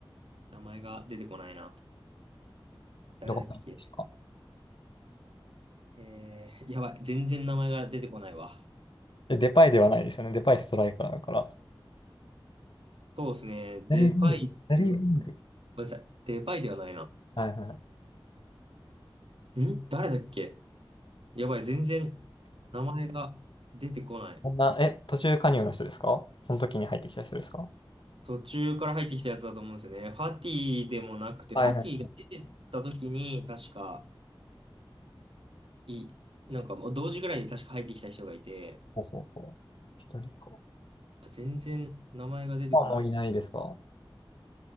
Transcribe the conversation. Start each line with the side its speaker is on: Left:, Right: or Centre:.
Right: 名前が出てこないな。誰だっけ
Left: どこに行きました
Right: えー、やばい。全然名前が出てこないわ。
Left: え、デパイではないですよね。デパイストライカーだから。
Right: そうですね。デパイでは、
Left: ダリー・ウィング。ダリー・ウィング。
Right: ごめんなさい。デパイではないな。
Left: はいはい。
Right: ん誰だっけやばい。全然名前が出てこない。
Left: こんな、え、途中加入の人ですかその時に入ってきた人ですか
Right: 途中から入ってきたやつだと思うんですよね。ファティでもなくて、
Left: はいはい。
Right: ファティが出てった時に、確か、い、なんかもう同時ぐらいに確か入ってきた人がいて、
Left: ほうほうほう。左か。
Right: あ全然名前が出てこない。
Left: まあ、もういないですか、